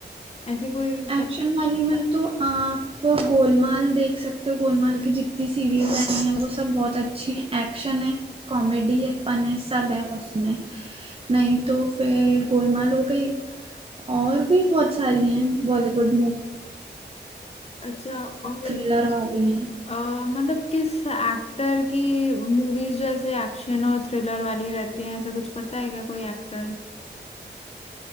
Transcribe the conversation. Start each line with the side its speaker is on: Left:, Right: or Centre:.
Left: ऐसी कोई
Right: एक्शन
Left: पत...
Right: वाली में तो आप गोलमाल देख सकते हो गोलमाल की जितनी सीरीज आई है वो सब बहुत अच्छी है एक्शन है कॉमेडी है फन है सब है उसमें नहीं तो फिर गोलमाल हो गई और भी बहुत सारी हैं बॉलीवुड मूवी
Left: अच्छा और
Right: थ्रिलर वाली हैं
Left: अ, मतलब किस एक्टर की मूवीज जो ऐसे एक्शन और थ्रिलर वाली रहती हैं ऐसा कुछ पता है क्या कोई एक्टर